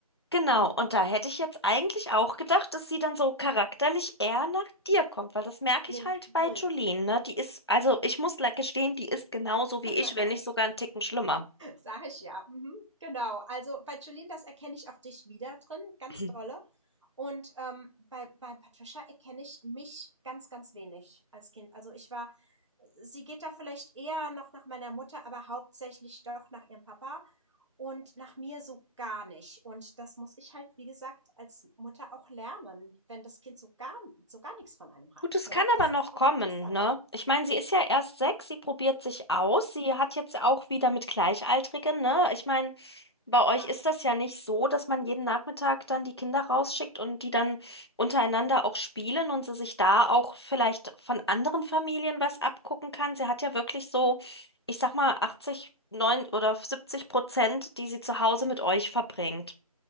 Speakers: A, on the left; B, on the right.
A: genau,
B: Mhm.
A: und da hätte ich jetzt eigentlich auch gedacht, dass sie dann so charakterlich eher nach dir kommt, weil das merke
B: Nee,
A: ich halt
B: null.
A: bei Jolene, ne? Die ist, also ich muss le- gestehen, die ist genauso wie
B: <laughs>
A: ich, wenn nicht sogar einen Ticken schlimmer.
B: sag ich ja. Mhm. Genau. Also bei Jolene, das erkenne ich auch dich wieder drin, ganz
A: <clears throat>
B: dolle. Und ähm, bei, bei Patricia erkenne ich mich ganz, ganz wenig als Kind. Also ich war, sie geht da vielleicht eher noch nach meiner Mutter, aber hauptsächlich doch nach ihrem Papa und nach mir so gar nicht. Und das muss ich halt, wie gesagt, als Mutter auch lernen, wenn das Kind so gar, so gar nichts von einem hat.
A: Gut, es
B: Ne?
A: kann
B: Das
A: aber noch
B: ist auch
A: kommen,
B: interessant.
A: ne? Ich meine, sie ist ja erst sechs, sie probiert sich aus,
B: Mhm.
A: sie hat jetzt auch wieder mit Gleichaltrigen, ne? Ich meine, Bei
B: Klar.
A: euch ist das ja nicht so, dass man jeden Nachmittag dann die Kinder rausschickt und die dann untereinander auch spielen und sie sich da auch vielleicht von anderen Familien was abgucken kann. Sie hat ja wirklich so, ich sag mal, 80, 9 oder 70 Prozent, die sie zu Hause mit euch verbringt.